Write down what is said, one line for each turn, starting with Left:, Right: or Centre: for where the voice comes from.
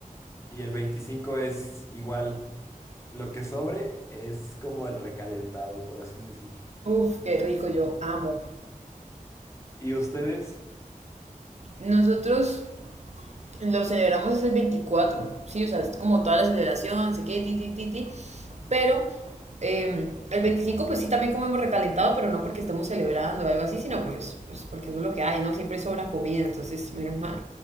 Left: y el 25 es igual, lo que sobre es como el recalentado, por así decirlo.
Right: Uf, qué rico, yo amo.
Left: ¿Y ustedes?
Right: Nosotros lo celebramos es el veinticuatro ¿sí? O sea, es como toda la celebración, sé qué, ti, ti, ti, ti. Pero eh, el 25 pues sí, también comemos recalentado, pero no porque estamos celebrando o algo así, sino porque, pues, porque eso es lo que hay, ¿no? Siempre sobra comida, entonces menos mal.